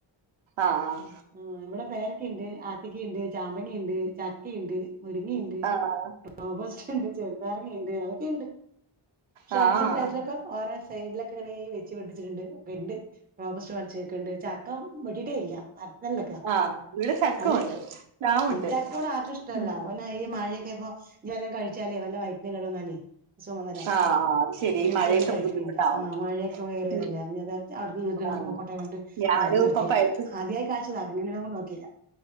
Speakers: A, on the right; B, on the right.
A: ആഹ്
B: ആ ഇവിടെ പേരക്കണ്ട് ആത്തിക്കണ്ട് ചാമ്പക്കയുണ്ട് ചക്കയുണ്ട് മുരിങ്ങയുണ്ട്
A: ആഹ്
B: റോബസ്റ്റ് ഇണ്ട് ചെറുനാരങ്ങ ഇണ്ട് അതൊക്കെ ഇണ്ട് പക്ഷെ
A: ആഹ്
B: <unintelligible> ഓരൊ സൈഡിലൊക്കെ ഇങ്ങനെ വെച്ച് പിടിപ്പിച്ചിട്ടുണ്ട് ഇണ്ട് റോബസ്റ്റ <unintelligible> ഇണ്ട് ചക്ക വെട്ടിട്ടേ ഇല്ല വരത്തണ്ടക്ക
A: ആഹ് ഇവിടെ ചക്കയുണ്ട്
B: അത്
A: പ്ലാവുണ്ട്
B: ചക്കവിടെ ആർക്കും ഇഷ്ടല്ല
A: ഉം
B: ഒനാ ഈ മഴയൊക്കെ ഇപ്പോ വല്ലോം കഴിച്ചാലേ വല്ല വൈറ്റിന് കേട് വന്നാലേ <unintelligible>
A: ആഹ് അത് ശരി
B: വേടിച്ചൊന്നും
A: ഈ മഴയത്ത്
B: കഴിക്കണില്ല
A: ബുദ്ധിമുട്ടാവും
B: ആ മഴയൊക്കെ വേറിയതല്ലേ
A: ഉം
B: അ അവിടെ നിന്ന് കേടന്ന്
A: ആഹ്
B: പൊക്കോട്ടെ പർഞ്ഞിട്ട്
A: ഞാനും
B: അവിടെ നിർത്തിട്ടുണ്ട്
A: ഇപ്പൊ പഴുത്ത
B: ആദ്യായി കായ്ച്ചതാ എങ്ങനെ <unintelligible> നോക്കില്ല